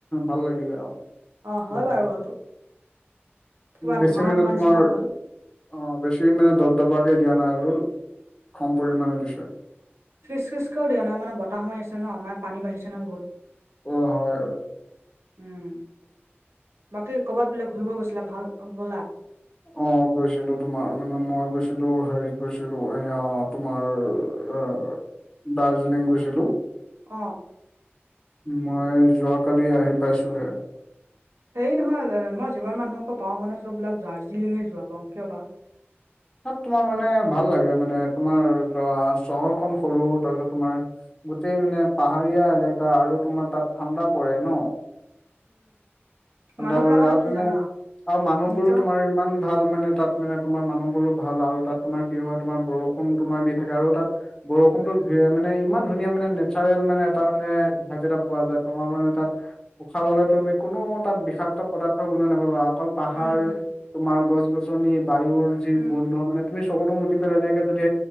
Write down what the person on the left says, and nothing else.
ভাল লাগিলে আৰু
বৰষুটো।
বেছি
মানে
তোমাৰ
অ বেছি মানে দপ দপাকে দিয়া নাই আৰু কম পৰিমণে দিছে।
অ হয়।
অ গৈছিলো তোমাৰ মানে মই গৈছিলো হেৰিত গৈছিলো এয়া তোমাৰ অ দাৰ্জিলিং গৈছিলোঁ।
মই যোৱাকালি আহি পাইছোহে।
তাত তোমাৰ মানে ভাল লাগে মানে তোমাৰ ধৰা চহৰখন সৰু তাৰপিছত তোমাৰ গোটেই মানে পাহাৰীয়া এলেকা আৰু তোমাৰ তাত ঠাণ্ডা পৰে ন। ঠাণ্ডা
পৰে আৰু তেনে
আৰু মানুহবোৰো
তোমাৰ ইমান ভাল মানে তাত মানে তোমাৰ মানুহবোৰো ভাল আৰু তাত তোমাৰ কি হয় তোমাৰ বৰষুণ তোমাৰ দি থাকে আৰু তাত বৰষুণটোত মানে ইমান ধুনীয়া মানে নেচাৰেল মানে এটা মানে ভাইট এটা পোৱা যায় তোমাৰ মানে তাত উশাহ ললে তুমি কোনো তাত বিষাক্ত পদাৰ্থৰ গুণ নাপাবা, অকল পাহাৰ,
তোমাৰ গছ-গছনি বায়ুৰ যি
গুধ নহয় মানে তুমি <unintelligible> মুতি পেলাই এনেকে যদি